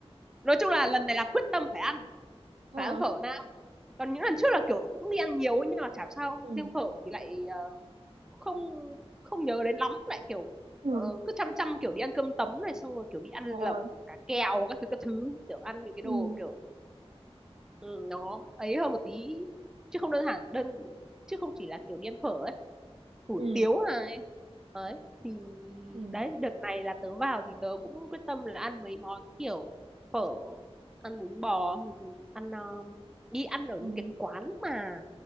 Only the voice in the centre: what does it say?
nói chung là lần này là quyết tâm phải ăn
phải ăn phở Nam còn những lần trước là kiểu cũng đi ăn nhiều nhưng mà chả sao
riêng phở thì lại ờ, không không nhớ đến lắm lại kiểu
ờ, cứ chăm chăm kiểu đi ăn cơm tấm này xong rồi kiểu đi ăn
lẩu cá kèo các thứ các thứ kiểu ăn những cái đồ
kiểu ừ, nó ấy hơn một tí chứ không đơn giản đơn chứ không chỉ là kiểu đi ăn phở ấy hủ
tiếu này ấy thì
đấy đợt này là tớ vào thì tớ cũng quyết tâm là ăn mấy món kiểu phở ăn bún bò ừ, ăn um, đi ăn ở
những cái quán mà